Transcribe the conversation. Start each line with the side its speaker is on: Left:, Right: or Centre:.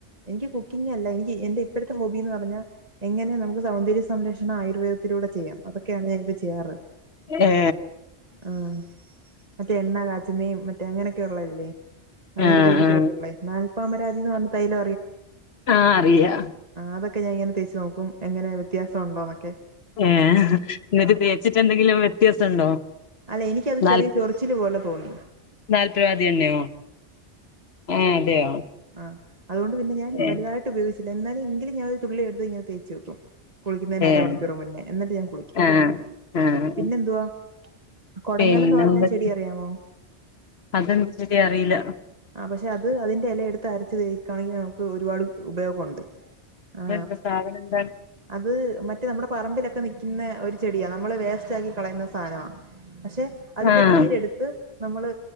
Right: എനിക്ക് കു ക്കിങ്ങല്ല എനിക്ക് എന്റെ ഇപ്പോഴത്തെ ഹോബി എന്ന് പറഞ്ഞാൽ എങ്ങനെ നമുക്ക് സൗന്ദര്യ സംരക്ഷണം ആയുർവേദ ത്തിലൂടെ ചെയ്യാം അതൊക്കെയാണ് ഞാൻ ഇപ്പോ ചെയ്യാറ്
Left: ഏ
Right: ആ മറ്റേ എണ്ണ കാച്ചുന്നെയും മറ്റേ അങ്ങനെയൊക്കെ ഉള്ളതില്ലേ ആയുർവേദിക്
Left: ആ ആ
Right: ആയിട്ടുള്ളേ നാല്പാമരാതിന്ന പറഞ്ഞ തൈല
Left: ആഹ് അറിയാ
Right: അതൊക്കെഞാങ്ങനെ തേച്ച് നോക്കും എങ്ങനെ വ്യത്യാസംണ്ടോന്നൊക്കെ
Left: ഏ ന്നിട്ട് തേച്ചിട്ട് എന്തെങ്കിലും വ്യത്യാസുണ്ടോ
Right: അല്ല എനിക്കത്
Left: നാൽ
Right: ചെറിയ ചൊറിച്ചില് പോലെ തോന്നി
Left: നാൽപരാതി എണ്ണയോ ആ അതെയോ
Right: ആ അതൊണ്ട് പിന്നെഞൻ
Left: ഏഹ്
Right: വലതായിട്ട് ഉപയോഗിച്ച് എന്നാലും എങ്കിലും ഞാൻ ഒരു തുള്ളി എടുത്ത് ഇങ്ങനെ തേച്ച് വെക്കും കുളിക്കുന്നതിന്
Left: ഏഹ്
Right: അരമണിക്കൂർ മുന്നേ എന്നിട്ട് ഞാൻ കുളിക്കും
Left: ആഹ് ആഹ്
Right: പിന്നെ എന്തുവാ കൊടങ്ങലന്ന്
Left: പിന്നെന്തൊക്കെ
Right: പറഞ്ഞ ചെടി അറിയാമോ
Left: അതെന്ത് ശരി അറിയില്ല
Right: ആ പക്ഷെ അത് അതിന്റെ എല എടുത്ത അരച്ച് തേക്കയാണെങ്കി നമുക്ക് ഒരുപാട് ഉപയോഗൊണ്ട്
Left: അതെന്താ
Right: ആ
Left: സാധനം എന്താണ്
Right: അത് മറ്റേ നമ്മുടെ പറമ്പിലൊക്കെ ക്കെ നിക്കുന്ന ഒരു ചെടിയാ നമ്മള് വേസ്റ്റ് ആക്കി കളയുന്ന സാനവാ പക്ഷെ അതിന്റെ
Left: ആഹ്
Right: നീരെടുത്ത് നമ്മള്